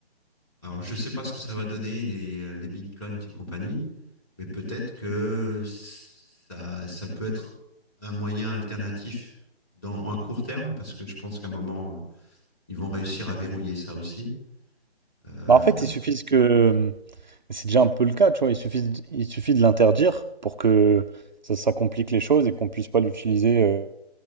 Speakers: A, on the left (about 15°); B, on the right (about 45°).
A: alors je sais pas ce que ça va donner les, euh, les bitcoins et compagnie, mais peut-être que ça, ça peut être un moyen alternatif dans un court terme, parce que je pense qu'à un moment, euh, ils vont réussir à verrouiller ça aussi. Euh,
B: bah, en fait, il suffit que. C'est déjà un peu le cas, tu vois. Il suffit, de- il suffit de l'interdire pour que ça, ça complique les choses et qu'on puisse pas l'utiliser. euh,